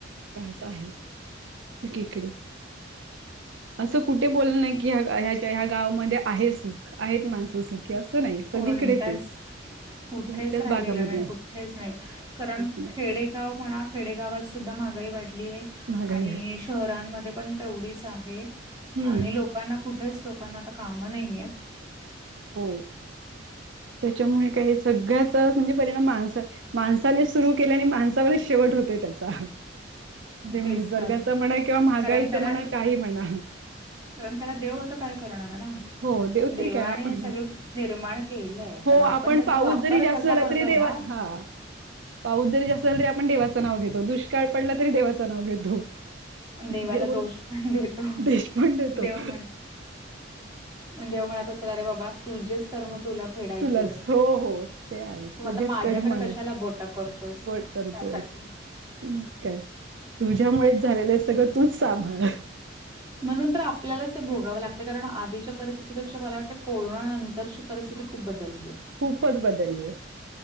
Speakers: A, on the right; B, on the right.
A: त्रास आहे सगळीकडे असं कुठे बोलल नाही की ह ह्या ह्या गावामध्ये आहेसू आहेत माणसंसु की असं नाही
B: कोणत्याच
A: सगळीकडे तेच
B: कुठेच
A: कोणत्याच
B: राहिलेलं
A: भागामध्ये
B: नाही कुठेच नाही कारण
A: कुठेच नाही
B: खेडे ाव म्हणा खेडेगावात सुद्धा महागाई वाढलीय
A: महागाई
B: आणि
A: आहे.
B: शहरांमध्ये पण तेवढीच आहे
A: हम्म
B: आणि लोकांना कुठेच लोकांना आता काम नाहीय आहेत
A: हो त्याच्यामुळे काय सगळ्याचा म्हणजे परिणाम माणसा माणसाने सुरू केल्या आणि माणसावरच शेवट होतेय त्याचा ते
B: तेच
A: निसर्गाच
B: तर
A: म्हणा किंवा महागाईच
B: कारण त्याला
A: म्हणा काही म्हणा
B: कारण त्याला देवत काय करणार ना
A: हो देव
B: देवाने
A: तरी काय आपण
B: सगळे निर्माण केलंय
A: हो
B: पण आपण त्याचा
A: पाऊस
B: वापर
A: जरी जास्त
B: कसा
A: झाला
B: करतोय
A: तरी देवा
B: ना
A: हा पाऊस जरी असल तरी आपण देवाचं नाव घेतो दुष्काळ पडला तरी देवाचं नाव घेतो
B: देवाला
A: दे
B: दोष
A: बोल
B: पण देतो
A: देश पण देतो
B: देव म्हण देव म्हणत असेल अरे बाबा तुझेच कर्म तुला फेडायचे
A: तुलाच हो हो ते आहे
B: तू
A: तुझेच
B: आता माझ्याकडे
A: कर्म आहेत
B: कशाला बोटा करत त त्यासाठी
A: वट करतोयस मग काय तुझ्यामुळेच झालेलं सगळं तूच सांभाळ
B: म्हणून तर आपल्यालाच हे भोगावं लागत कारण आधीच्या परिस्थितीपेक्षा मला वाटतं कोरोना नंतर परिस्थिती खूप बदलली आहे
A: खूपच बदलली